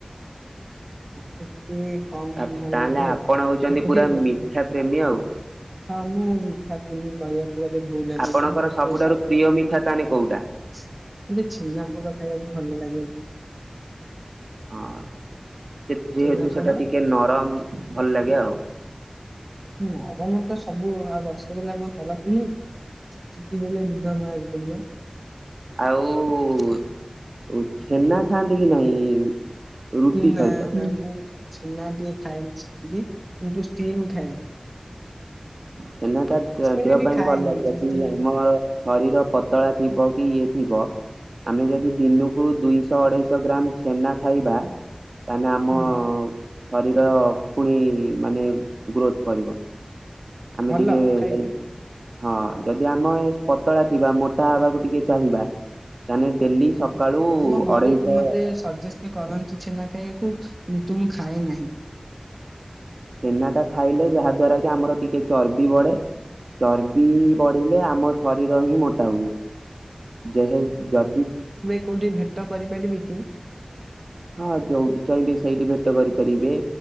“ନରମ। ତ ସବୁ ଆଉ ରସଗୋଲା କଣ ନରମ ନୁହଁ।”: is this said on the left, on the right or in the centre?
Right